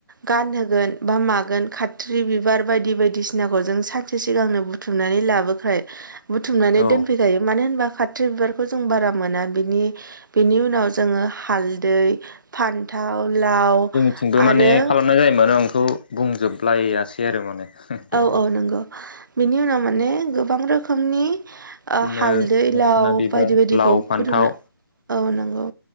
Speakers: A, on the right; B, on the left.
A: गानहोगोन बा मागोन खाथ्रि बिबार बायदि बायदिसिनाखौ जों सानसे सिगांनो बुथुमनानै लाबोखायो बुथुमनानै
B: औ
A: दोनफै खायो मानो होनबा खाथ्रि बिबारखौ जों बारा मोना बिनि बेनि उनाव जोङो हालदै फान्थाव लाव
B: थिंबो
A: आरो
B: माने खालामनाय जायोमानो आं इखौ बुंजोबलायासै आरो माने। दहाय
A: औ औ नंगौ बिनि उनाव माने गोबां रोखोमनि ओ
B: बिदिनो
A: हालदै
B: मोखोना
A: लाव
B: बिबार
A: बायदि बायदिखौ
B: लाव फान्थाव
A: फुदुंनो औ नंगौ।